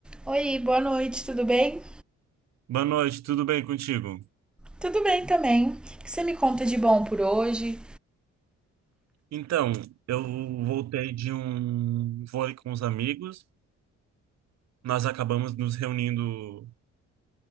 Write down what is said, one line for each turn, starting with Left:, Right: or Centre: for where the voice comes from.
Centre: Oi, boa noite, tudo bem?
Right: Boa noite, tudo bem contigo?
Centre: Tudo bem também. O que você me conta de bom por hoje?
Right: Então, eu voltei de um vôlei com os amigos. Nós acabamos nos reunindo